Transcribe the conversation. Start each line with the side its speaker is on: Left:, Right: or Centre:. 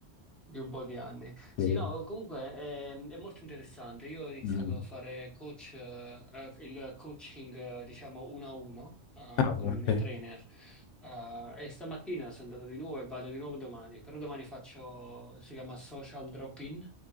Centre: Di un po' di anni.
Left: Sì.
Centre: Sì, no, comunque ehm, è, molto interessante. Io ho iniziato
Left: Mm.
Centre: a fare coach, eh, eh, il coaching, eh, diciamo, uno a uno, eh,
Left: Ah,
Centre: con
Left: ok,
Centre: il mio trainer. Eh, e stamattina sono andato di nuovo e vado di nuovo domani. Però domani faccio, si chiama social drop-in,